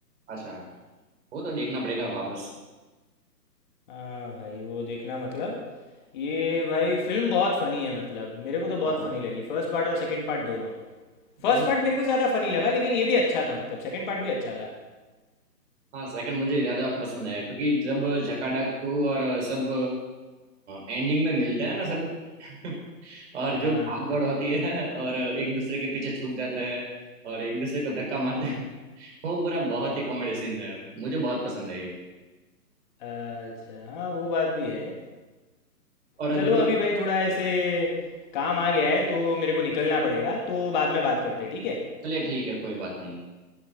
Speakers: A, on the right (about 40°); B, on the left (about 30°).
A: अच्छा वो तो देखना पड़ेगा
B: हाँ
A: वापस
B: हाँ भाई वो देखना मतलब ये भाई फिल्म बहुत फनी है मतलब मेरे को तो बहुत
A: बहुत
B: फनी लगी फर्स्ट पार्ट और सेकंड पार्ट दोनों
A: दोनों
B: फर्स्ट पार्ट मेरे को ज़्यादा फनी लगा लेकिन ये भी अच्छा था मतलब सेकंड पार्ट भी अच्छा था
A: हाँ सेकंड मुझे ज्यादा पसंद है क्योंकि जब जकाडा को और सब एंडिंग में मिलते हैं ना सब <laughs> और
B: हाँ
A: जो भाग दौड़ होती है और एक दूसरे के पीछे छुप जाते हैं और एक दूसरे को धक्का मारते
B: हाँ,
A: हैं <laughs> वो पूरा बहुत ही कॉमेडी सीन है मुझे बहुत पसंद है ये
B: अच्छा हाँ वो बात भी है
A: और
B: चलो
A: दो
B: अभी भाई थोड़ा ऐसे काम आ गया है तो मेरे को निकलना पड़ेगा तो बाद में बात करते हैं, ठीक है
A: चलिए ठीक है कोई बात नहीं